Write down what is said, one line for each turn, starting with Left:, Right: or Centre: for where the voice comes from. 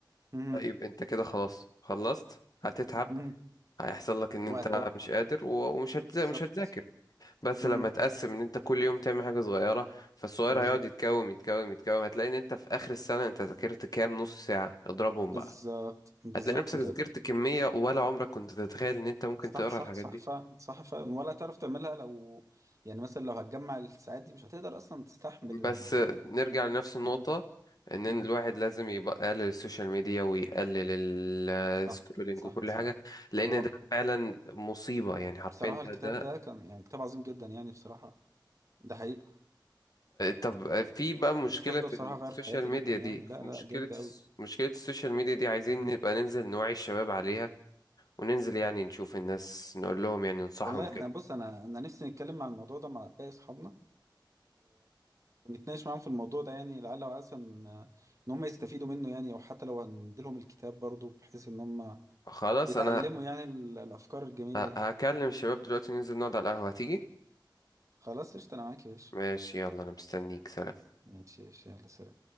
Right: مهم.
Left: طيب انت كده خلاص خلصت هتتعب
Right: مهم.
Left: هيحصل لك ان
Right: وهت-
Left: انت مش قادر و- ومش هتذا-
Right: بالظبط
Left: مش هتذاكر بس
Right: مهم.
Left: لما تقسم ان انت كل يوم تعمل حاجة صغيرة فالصغير
Right: بالظبط
Left: هيقعد يتكوم يتكوم يتكوم هتلاقي ان انت في اخر السنة انت ذاكرت كام نص ساعة اضربهم بقى
Right: بالظبط بالظبط
Left: هتلاقي نفسك
Right: كده
Left: ذاكرت كمية ولا عمرك كنت تتخيل ان انت ممكن
Right: صح
Left: تقرا
Right: صح
Left: الحاجات
Right: صح
Left: دي
Right: فعلا صح فعلا ولا تعرف تعملها لو يعني مثلا لو هتجمع الساعات دي مش هتقدر اصلا تستحمل
Left: بس
Right: ال
Left: نرجع لنفس النقطة
Right: مم.
Left: ان
Right: مم.
Left: الواحد لازم يبقى يقلل السوشيال ميديا ويقلل السكرولينج
Right: صح صح
Left: وكل
Right: صح
Left: حاجة لان
Right: هو
Left: ده فعلا مصيبة يعني حرفيا
Right: بصراحة الكتاب
Left: ده ده
Right: ده كان يعني كتاب عظيم جدا يعني بصراحة ده حقيقة
Left: طب في بقى مشكلة
Right: الكتاب ده بصراحة
Left: السوشيال
Right: غير في حياتي
Left: ميديا
Right: جدا يعني
Left: دي
Right: لا
Left: مشكلة
Right: لا جامد قوي
Left: مشكلة السوشيال ميديا دي عايزين
Right: مم.
Left: نبقى ننزل نوعي الشباب عليها وننزل يعني نشوف الناس نقول لهم يعني ننصحهم
Right: والله
Left: كده
Right: احنا بص انا انا نفسي نتكلم مع الموضوع ده مع باقي اصحابنا ونتناقش معاهم في الموضوع ده يعني لعل وعسى ان إن هم يستفيدوا منه يعني او حتى لو هنديلهم الكتاب برضو بحيث ان هم
Left: خلاص
Right: يتعلموا
Left: أنا
Right: يعني ال- الافكار الجميله
Left: ه-
Right: دي
Left: هكلم الشباب دلوقتي ننزل نقعد على القهوة هتيجي
Right: خلاص قشطه انا معاك يا باشا
Left: ماشي يلا أنا مستنيك سلام
Right: ماشي ماشي يلا سلام